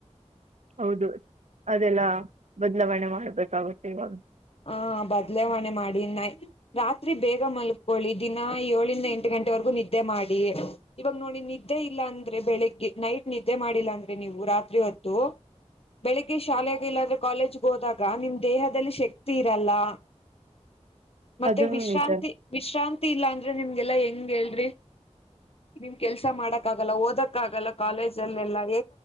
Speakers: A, on the right; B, on the left.
A: ಹೌದು ಅದೆಲ್ಲ ಬದಲಾವಣೆ ಮಾಡ್ಬೇಕಾಗುತ್ತೆ ಇವಾಗ
B: ಹ ಬದಲಾವಣೆ ಮಾಡಿ ನೈ ರಾತ್ರಿ ಬೇಗ ಮಲ್ಕೊಳ್ಳಿ ದಿನ ಏಳಂದ ಎಂಟು ಗಂಟೆವರೆಗೂ ನಿದ್ದೆ ಮಾಡಿ ಇವಾಗ ನೋಡಿ ನಿದ್ದೆ ಇಲ್ಲಾ ಅಂದ್ರೆ ಬೆಳಿಗ್ಗೆ ನೈಟ್ ನಿದ್ದೆ ಮಾಡಿಲ್ಲ ಅಂದ್ರೆ ನೀವು ರಾತ್ರಿ ಹೊತ್ತು ಬೆಳಿಗ್ಗೆ ಶಾಲೆೆಗೆ ಇಲ್ಲಾಂದ್ರೆ ಕಾಲೇಜ್ಗೆೋದಾಗ ನಿಮ್ ದೇಹದಲ್ಲಿ ಶಕ್ತಿ ತಿರಲ <unintelligible> ಮತ್ತೆ
A: ಅದನ್ನು
B: ವಿಶ್ರಾಂತಿ
A: ನಿಜ
B: ವಿಶ್ರಾಂತಿ ಇಲ್ಲಾ ಅಂದ್ರೆ ನಿಮ್ಗೆಲ್ಲಾ ಹೆ ಹಂಗ ಹೇಳ್ರಿನಿಮ ಕೆಲ್ಸ ಮಾಡಕ್ ಆಗಲ್ಲ ಓದಕ ಆಗಲ್ಲ ಕಾಲೇಜ ಅಲ್ಲೆಲ್ಲಾ